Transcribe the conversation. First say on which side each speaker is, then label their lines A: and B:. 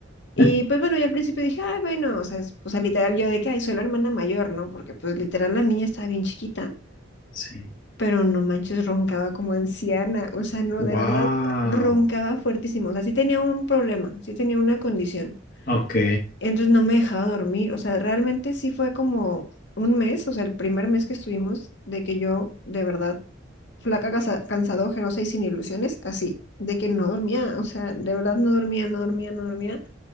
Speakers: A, on the left; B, on the left.
A: Y
B: <laughs>
A: pues bueno, yo al principio dije, ay, bueno, o sea, es- o sea, literal yo de que, ay, soy la hermana mayor, ¿no? Porque pues literal la niña estaba bien chiquita,
B: sí,
A: pero no manches, roncaba como anciana, o sea, no,
B: wow,
A: de verdad, roncaba fuertísimo, o sea, sí tenía un problema, sí tenía una condición,
B: ok.
A: entonces no me dejaba dormir, o sea, realmente sí fue como un mes, o sea, el primer mes que estuvimos, de que yo, de verdad, flaca, casa- cansada, ojerosa y sin ilusiones, así, de que no dormía, o sea, de verdad no dormía, no dormía, no dormía.